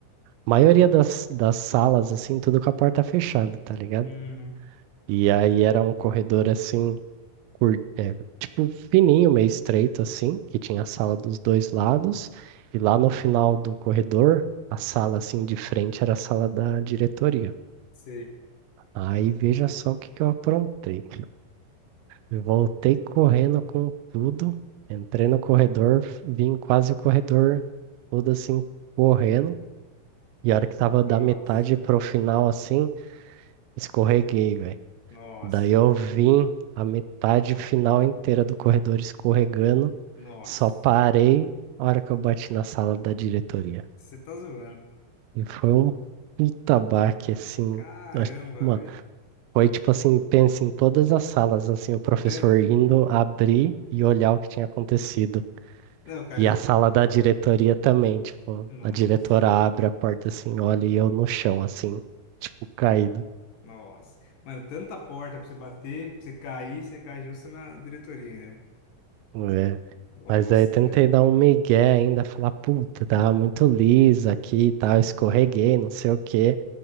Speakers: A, on the right; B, on the left.
A: maioria das, das salas, assim, tudo com a porta fechada, tá ligado?
B: Uhum.
A: E aí era um corredor assim, cur... é, tipo, fininho, meio estreito, assim, que tinha a sala dos dois lados, e lá no final do corredor, a sala assim de frente era a sala da diretoria.
B: Sei.
A: Aí veja só o que que eu aprontei. Eu voltei correndo com tudo, entrei no corredor, vim quase o corredor todo assim, correndo. E a hora que tava da
B: Nossa.
A: metade pro final assim, escorreguei, velho.
B: Nossa,
A: Daí eu
B: velho.
A: vim a metade final inteira do corredor escorregando,
B: Nossa.
A: só parei a hora que eu bati na sala da diretoria.
B: Você tá zoando.
A: E foi um puta baque, assim.
B: Caramba,
A: acho- Mano,
B: velho.
A: foi tipo assim, pensa em todas as salas, assim, o professor
B: É.
A: indo abrir e olhar o que tinha acontecido.
B: Não, cara.
A: E
B: e-
A: a sala da diretoria também, tipo,
B: Nossa.
A: a diretora abre a porta assim, olha e eu no chão, assim, tipo, caído.
B: Nossa. Mano, tanta porta pra você bater, pra você cair, você cai justo na diretoria ainda, né?
A: É.
B: Nossa,
A: Mas aí tentei
B: velho.
A: dar um migué ainda, falar, puta, tava muito lisa aqui e tal, escorreguei, não sei o quê.